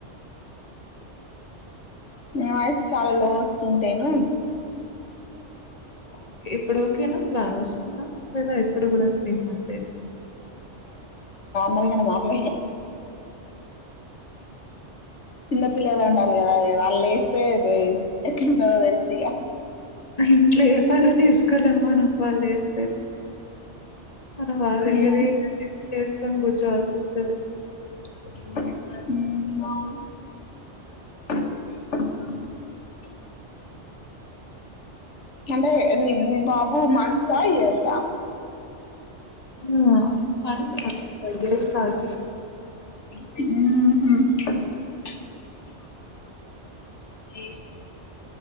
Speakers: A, on the left; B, on the left.
A: నీ వాయిస్ చాలా లో వస్తుంటేను!
B: ఓకె ఇప్పుడు? కేనా లాగ్ వస్తుంద లేదా ఇప్పుడు గూడా సేమ్ అంతేనా
A: మదిగానే మాట్లె చిన్నపిల్లలు ఉంటారు కదా వాళ్లు లేస్ తేవే ఎట్లుంటదో తెలుసుగా
B: ఇంట్లో ఏ పనులు చేసుకోలేం మనం వాళ్ళు లేస్తే మనం వాళ్ళ
A: ఉమ్
B: దగ్గరే <inaudible> ఏసుకొని కూర్చోవల్సి వస్తది
A: ఊ అంటే ఎన్ ఎ ఎన్ ఎ బా పూ మన్సా ఇయర్సా
B: ఊ మన్స్ <inaudible> ఇయర్స్ కాదు
A: ఊహు ప్లీజ్